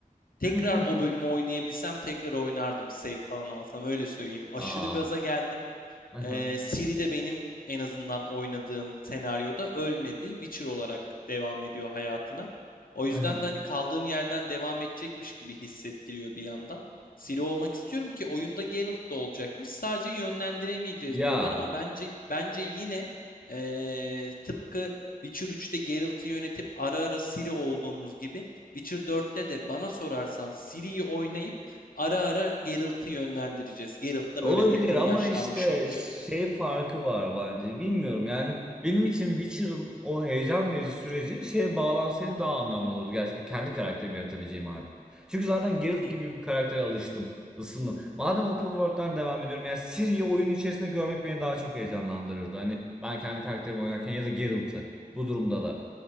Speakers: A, on the left; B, in the centre.
A: tekrar
B: <laughs>
A: o bölümü oynayabilsem tekrar oynardım. Save falan alsam öyle söyleyeyim. Aşırı
B: Aa.
A: gaza geldim.
B: aha,
A: Ee, Ciri de benim en azından oynadığım senaryoda ölmedi. Witcher olarak devam ediyor hayatına. O yüzden
B: aha.
A: de hani kaldığım yerden devam edecekmiş gibi hissettiriyor bir yandan. Ciri olmak istiyorum ki oyunda Geralt da olacakmış. Sadece yönlendiremeyeceğiz
B: Ya.
A: diyorlar ama bence bence yine ee, tıpkı Witcher 3'te Geralt'ı yönetip ara ara Ciri olduğumuz gibi Witcher 4'te de bana sorarsan Ciri'yi oynayıp ara ara Geralt'ı yönlendireceğiz. Geralt da
B: Olabilir
A: böyle epey
B: ama
A: yaşlanmış
B: işte
A: olacak.
B: şey farkı var bence. Bilmiyorum yani benim için Witcher'ın o heyecan verici süreci şeye bağlansaydı daha anlamlı olurdu. Gerçekten kendi karakterimi yaratabileceğim artık. Çünkü zaten Geralt
A: Hı hı,
B: gibi bir karaktere alıştım. ısındım. Madem open world'dan devam ediyorum yani Ciri'yi oyun içerisinde görmek beni daha çok heyecanlandırırdı. Hani ben kendi karakterimi oynarken ya da Geralt'ı bu durumda da.